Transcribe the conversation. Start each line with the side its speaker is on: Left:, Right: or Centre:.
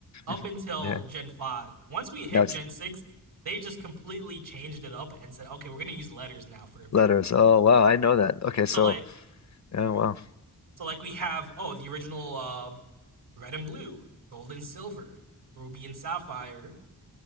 Right: up
Left: Mhm.
Right: until
Left: Yeah.
Right: Gen five. Once we hit
Left: Now it's
Right: Gen six, they just completely changed it up and said, okay, we're gonna use letters now for a bit.
Left: letters. Oh wow, I know that. Okay, so
Right: So like
Left: yeah, wow.
Right: so like we have oh the original uh, red and blue, gold and silver, ruby and sapphire,